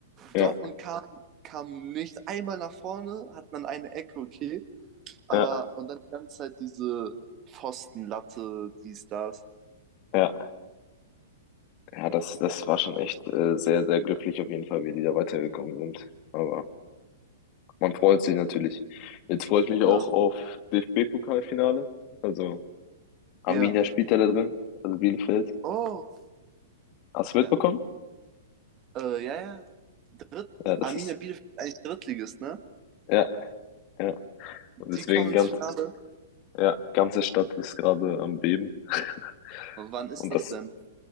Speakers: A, on the left (about 40°); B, on the right (about 30°).
A: Ja,
B: Dortmund kam, kam nicht einmal nach vorne, hatten dann eine Ecke, okay. Aber
A: ja,
B: und dann die ganze Zeit diese Pfostenlatte, dies, das.
A: ja. Ja, das, das war schon echt äh, sehr, sehr glücklich auf jeden Fall, wie die da weitergekommen sind. Aber man freut sich natürlich. Jetzt freue ich mich auch
B: Ja.
A: auf DFB-Pokalfinale. Also Arminia
B: ja.
A: spielt er da drin, also Bielefeld.
B: Oh.
A: Hast du
B: Ja.
A: mitbekommen?
B: Äh, ja, ja. Dritt,
A: Ja, das
B: Arminia
A: ist,
B: Bielefeld ist eigentlich Drittligist, ne?
A: ja, ja. Und deswegen
B: Die kommen ins
A: ganz,
B: Finale.
A: ja, ganze Stadt ist gerade am Beben. <laughs>
B: Wann ist
A: Und
B: das
A: das,
B: denn?